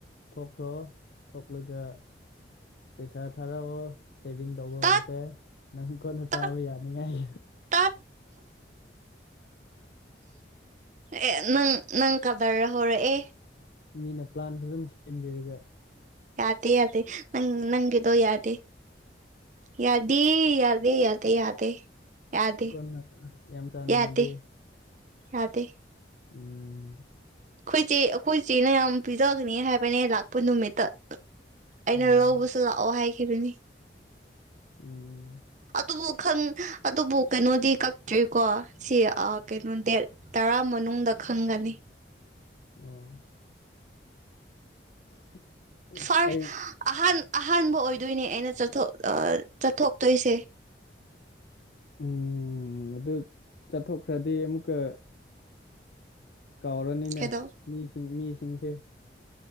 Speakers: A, on the left; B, on the right.
A: ꯊꯣꯛꯈ꯭ꯔꯣ ꯊꯣꯛꯂꯒ ꯄꯦꯁꯥ ꯊꯔ ꯑꯣ ꯁꯦꯚꯤꯡ ꯇꯧꯕ
B: ꯇꯠ
A: ꯍꯧꯔꯁꯦ ꯅꯪ ꯀꯣꯟꯅ
B: ꯇꯠ
A: ꯆꯥꯕ ꯌꯥꯅꯤꯡꯉꯥꯏ
B: ꯇꯠ ꯑꯦ ꯅꯪ ꯅꯪ ꯀꯗꯔ ꯍꯧꯔꯛꯑꯦ
A: ꯃꯤꯅ ꯄ꯭ꯂꯥꯟ ꯐꯖꯅ ꯁꯦꯝꯕꯤꯔꯒ
B: ꯌꯥꯗꯦ ꯌꯥꯗꯦ ꯅꯪ ꯅꯪꯒꯤꯗꯣ ꯌꯥꯗꯦ ꯌꯥꯗ ꯌꯥꯗꯦ ꯌꯥꯗꯦ ꯌꯥꯗꯦ ꯌꯥꯗꯦ
A: ꯀꯅ ꯌꯥꯝ ꯆꯥꯅꯤꯡꯉꯗꯤ
B: ꯌꯥꯗꯦ ꯌꯥꯗꯦ
A: ꯎꯝ <inaudible>
B: ꯑꯩꯈꯣꯏꯆꯦ ꯑꯩꯈꯣꯏꯆꯦꯅꯌꯥꯝ ꯄꯤꯖꯒꯅꯤ ꯍꯥꯏꯕꯅꯦ ꯂꯥꯛꯄ ꯅꯨꯃꯤꯠꯇ ꯑꯩꯅ
A: ꯎꯝ
B: ꯂꯧꯕꯁꯨ ꯂꯥꯛꯑꯣ ꯍꯥꯏꯈꯤꯕꯗꯨꯅꯤ
A: ꯎꯝ
B: ꯑꯗꯨꯕꯨ ꯑꯗꯨꯕꯨ ꯀꯩꯅꯣꯗꯤ ꯀꯛꯇ꯭ꯔꯤꯀꯣ ꯁꯤ ꯀꯩꯅꯣ ꯗꯦꯠ ꯇꯔꯥ ꯃꯅꯨꯡꯗ ꯎꯗ ꯈꯪꯒꯅꯤ
A: ꯑꯣ <inaudible> <unintelligible> <inaudible>
B: ꯐꯥꯔ
A: ꯑꯩ
B: ꯑꯍ ꯑꯍꯥꯟꯕ ꯑꯣꯏ ꯑꯗꯨꯏꯅꯦ ꯑꯩꯅ ꯆꯠꯊ ꯆꯠꯊꯣꯛꯇꯣꯏꯁꯦ
A: ꯎꯝ ꯑꯗꯨ ꯆꯠꯊꯣꯛꯈ꯭ꯔꯗꯤ ꯑꯃꯨꯛꯀ ꯀꯥꯎꯔꯅꯤꯅꯦ
B: ꯀꯩꯗꯧ
A: ꯃꯤꯁꯤꯡ ꯃꯤꯁꯤꯡꯁꯦ